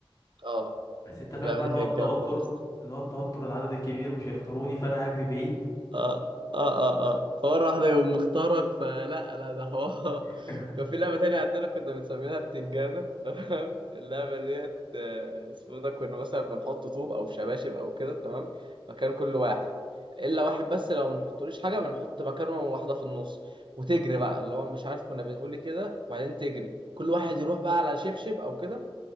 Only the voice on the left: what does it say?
بس انت فاهم
بقى
اللي
هو التوتر
اللي هو التوتر العدد الكبير مش هيختاروني فانا هجري بعيد
<laughs>